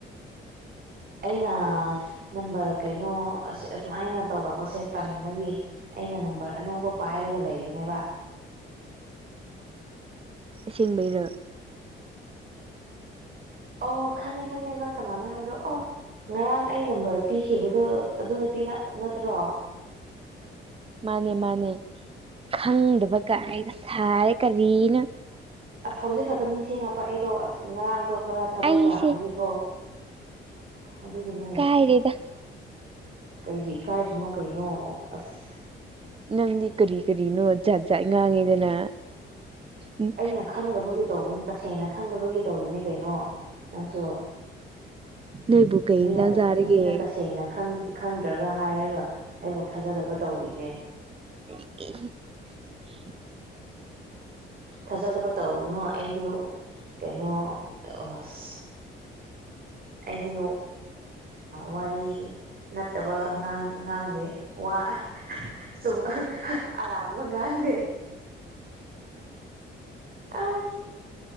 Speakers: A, on the right; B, on the right.
A: ꯑꯩꯅ ꯅꯝꯕꯔ ꯀꯩꯅꯣꯁ ꯑꯁꯨꯃꯥꯏꯅ ꯇꯧꯔꯛꯄꯁꯦ ꯇꯟꯕꯒꯤ ꯑꯩꯅ ꯅꯝꯕꯔ ꯑꯅꯧꯕ ꯄꯥꯏꯔꯒ ꯂꯩꯕꯅꯦꯕ
B: ꯁꯤꯡꯦꯡꯕꯩꯔꯣ
A: ꯑꯣ ꯈꯪꯉꯦ ꯈꯪꯉꯦ ꯅꯪ ꯀꯅꯥꯅꯣ ꯍꯥꯏꯕꯗꯣ ꯑꯣ ꯉꯔꯥꯡ ꯑꯩ ꯅꯝꯕꯔ ꯄꯤꯈꯤꯕꯗꯣ ꯑꯗꯨ ꯅꯨꯄꯤꯅ ꯅꯠꯇ꯭ꯔꯣ
B: ꯃꯥꯅꯦ ꯃꯥꯅꯦ ꯈꯪꯗꯕ ꯀꯥꯏꯒ ꯁꯥꯔꯦ ꯀꯔꯤꯅ
A: ꯑꯁ ꯍꯧꯖꯤꯛ ꯈꯛꯇ ꯅꯤꯡꯁꯤꯡꯉꯛꯄ ꯑꯩꯗꯣ ꯑꯁ ꯉꯔꯥꯡꯗꯣ ꯈꯔ ꯊꯕꯛ
B: ꯑꯩꯁꯦ
A: ꯌꯥꯝꯕꯒꯤꯀꯣ ꯑꯗꯨꯒꯤꯅꯦ
B: ꯇꯔꯤꯗ
A: ꯀꯩꯒꯤ ꯏꯀꯥꯏꯗꯅꯣ ꯀꯩꯅꯣ ꯑꯁ
B: ꯅꯪꯗꯤ ꯀꯔꯤ ꯀꯔꯤꯅꯣ ꯖꯥꯠ ꯖꯥꯠ ꯉꯥꯡꯉꯤꯗꯅ ꯎꯝ
A: ꯑꯩꯅ ꯈꯪꯗꯕꯒꯤ ꯇꯧꯕꯅꯤ ꯇꯁꯦꯡꯅ ꯈꯪꯗꯕꯒꯤ ꯇꯧꯔꯤꯅꯦ ꯀꯩꯅꯣ ꯅꯪꯁꯨ
B: ꯅꯣꯏꯕꯨ ꯀꯩ
A: ꯃꯤꯅ
B: ꯏꯟꯖꯥꯡ ꯆꯥꯔꯒꯦ
A: ꯃꯤꯅ ꯇꯁꯦꯡꯅ ꯈꯪꯗ꯭ꯔꯒ ꯍꯥꯏꯔꯒ ꯑꯩꯕꯨ ꯊꯥꯖꯗꯕ ꯇꯧꯔꯤꯅꯦ
B: <unintelligible> <inaudible>
A: ꯊꯥꯖꯗꯕ ꯇꯧꯅꯨ ꯑꯩꯗꯤ ꯀꯩꯅꯣ ꯑ ꯑꯁ ꯑꯩꯗꯤ ꯋꯥꯔꯤ ꯅꯠꯇꯕꯥꯡ ꯉꯥꯡꯗꯦ ꯋꯥ ꯁꯨꯝ ꯑꯔꯥꯟꯕ ꯉꯥꯟꯗꯦ ꯑꯁ